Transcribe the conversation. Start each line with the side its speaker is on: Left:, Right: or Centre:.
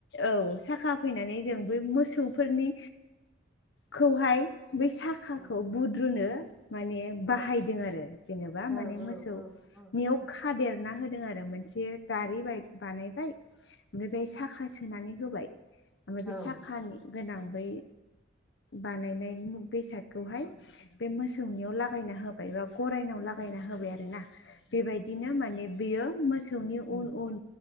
Left: औ साखा फैनानै जों बेै मोसौफोरनि खौहाय बै साखाखौ
Centre: औ
Left: बुद्रुनो माने
Centre: औ
Left: बाहायदों आरो जेनेबा
Centre: औ
Left: माने मोसौ
Centre: औ औ
Left: नियाव खादेरना होदों आरो मोनसे गारि बाय- बानायबाय ओमफ्राय बेहाय साखा सोनानै होबाय ओमफ्राय
Centre: औ
Left: बे साखानि गोनां बै बानायनाय मु- बेसादखौहाय बे मोसौनियाव लागायना होब बाय बा गरायनाव लागायना होबाय आरो ना बेबायदिनो माने बेयो मोसो मोसौनि
Centre: औ
Left: उन उन